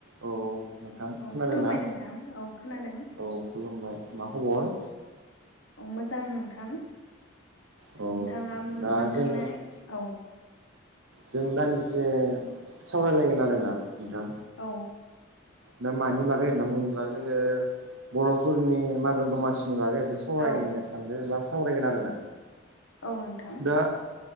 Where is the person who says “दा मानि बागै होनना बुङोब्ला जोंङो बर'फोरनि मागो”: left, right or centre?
Right